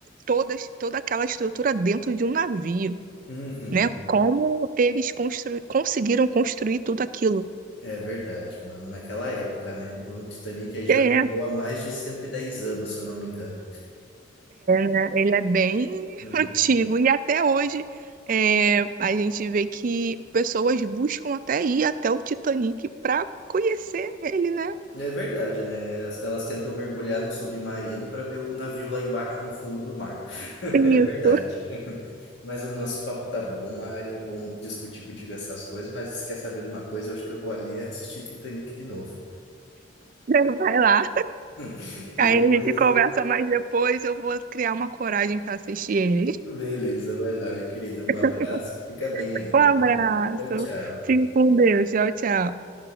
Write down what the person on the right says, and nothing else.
todas, toda aquela estrutura dentro de um navio,
né? Como eles constru, conseguiram construir tudo aquilo.
É,
né? Ele é bem <laughs>
antigo e até hoje é, a gente vê que pessoas buscam até ir até o Titanic para conhecer ele, né?
Isso.
<laughs>
Vai lá.
Aí
a gente conversa mais depois, eu vou criar uma coragem para assistir ele.
<laughs>
Um
abraço.
Fique com Deus. Tchau, tchau.